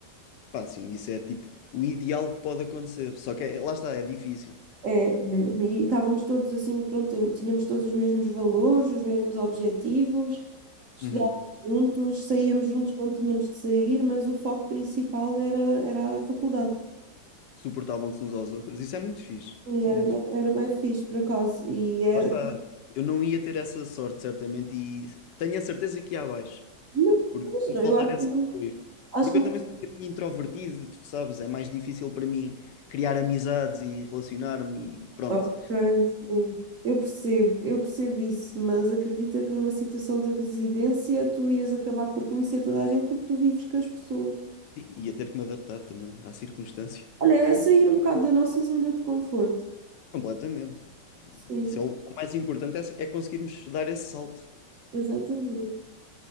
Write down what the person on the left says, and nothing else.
Pá, sim, isso é tipo o ideal que pode acontecer. Só que é- lá está, é difícil.
Uhum.
Suportavam-se uns aos outros. Isso é muito fixe.
Isso
é muito
fixe.
Lá está. Eu não ia ter essa sorte, certamente, e tenho a certeza que ia abaixo.
Porque
tem
de faltar
esse
apoio.
Porque
eu também sou um bocadinho introvertido, tu sabes, é mais difícil para mim criar amizades e relacionar-me e pronto.
E ia ter que me adaptar também à circunstância.
Completamente.
Isso é o, é o mais importante é, é conseguirmos dar esse salto.